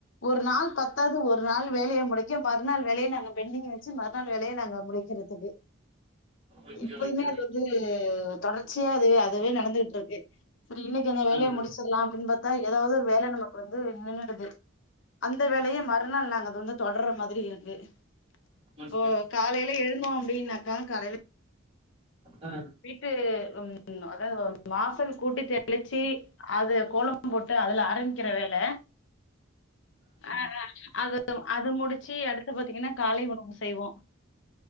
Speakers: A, on the left; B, on the right.
A: ஒரு நாள் பத்தாது ஒரு நாள் வேலைய முடிக்க மறுநாள் வேலைய நாங்க பெண்டிங் வ ச்சி மறுநாள் வேலைய நாங்க முடிக்கிறதுக்கு
B: ஓகே,
A: எப்பதுமே
B: ஓகே,
A: அது
B: ஓகே.
A: வந்து ஆ தொடர்ச்சியா அது அதுவே நடந்துகிட்டு இருக்கு சரி இன்னைக்கு அந்த வேலைய
B: ஆ ஆ
A: முடிச்சிரலாம் அப்டின்னு பாத் தா ஏதாவது ஒரு வேல நமக்கு வந்து <unintelligible> து அந்த வேலைய மறுநாள் நாங்க அது வந்து தொடர்ற மாரி இருக்கு இப்போ
B: ஓகே.
A: காலையில எழுந்தோ அப்டின்னாக்கா காலைல
B: ஆ
A: வீட்டு ம் அதாவது வாசல் கூட்டி தெளிச்சு அது கோலம் போட்டு அதுல ஆரம்பிக்கிற வேல ஆ ஆ அது அது முடிச்சு அடுத் து பாத்தீங்கன்னா காலை உணவு செய்வோம்